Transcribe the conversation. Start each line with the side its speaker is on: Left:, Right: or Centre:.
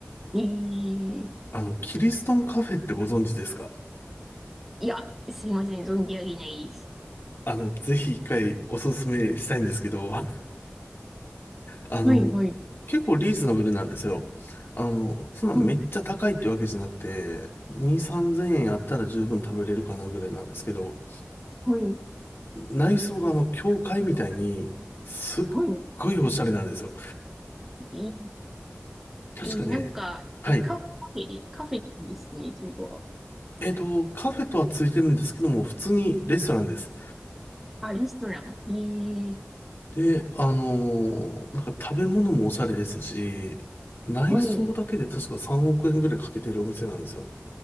Centre: い。えー、
Left: あの、キリストンカフェってご存知ですか
Centre: いや、すいません、存じ上げないです。
Left: あの、ぜひ一回おすすめしたいんですけど、<laughs> あの、
Centre: はい、はい。
Left: 結構リーズナブルなんですよ。あの、そんなめっちゃ高いってわけじゃなくて、
Centre: はい、
Left: 2、3000円あったら十分食べれるかなぐらいなんですけど、
Centre: はい、
Left: 内装があの、教会みたいに、すっごいおしゃれなんですよ。
Centre: はい。
Left: 確かね、
Centre: えー、え、なんか、
Left: はい。
Centre: え、カフェ、カフェですね、それは。
Left: えっと、カフェとはついてるんですけども、普通にレストランです。
Centre: あ、レストラン。えー、
Left: で、あのーなんか食べ物もおしゃれですし、内装だけで確か3億円ぐらいかけてるお店なんですよ。
Centre: はい。